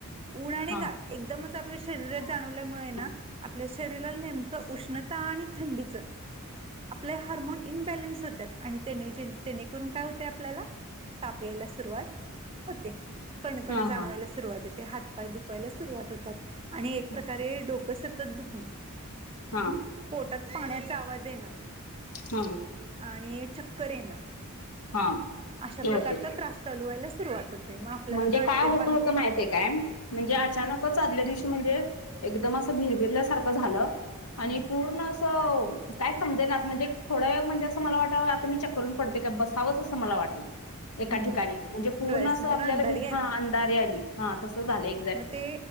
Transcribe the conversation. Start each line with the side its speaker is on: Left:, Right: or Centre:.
Right: ऊन आणि
Left: हा
Right: गार. एकदमच आपल्या शरीरात जाणवल्यामुळे ना,
Left: हा
Right: आपल्या शरीराला नेमकं उष्णता आणि थंडीचं. आपले हार्मोन इनबॅलेन्स होतात. आणि तेने, जेने, तेने करून काय होते आपल्याला ताप यायला सुरुवात होते. कणकण
Left: हा
Right: जाणवायला सुरुवात होेते. हातपाय दुखवायला सुरुवात होतात. आणि प्रकारे
Left: हा
Right: डोकं सतत दुखणं.
Left: हा
Right: हं? पोटात पाण्याचा आवाज येणं.
Left: हम
Right: आणि चक्कर येण,
Left: हा
Right: आशा
Left: ते
Right: प्रकारचा
Left: होते
Right: त्रास चालू व्हायला सुरुवात होते. मग आपल्याला
Left: म्हणजे
Right: वाटते
Left: काय होत
Right: बाहेरून
Left: होत माहितय काय म्हणजे
Right: हं,
Left: अचानक त्याचा आदल्या दिवशी म्हणजे एकदम असं भिरभिरल्यासारखं झालं
Right: हं.
Left: आणि पूर्ण असं तर काय समजे नाच म्हणजे थोडा वेळ म्हणजे असं मला वाटलं आता मी चक्कर येऊन पडतोय का बसावंच असं मला वाटलं एका
Right: हम्म
Left: ठिकाणी म्हणजे पूर्ण
Right: डोळ्यासमोर
Left: अस आपल्याला
Right: अंधारी आली
Left: हा अंधारी आली हा तसं झालंय
Right: मग ते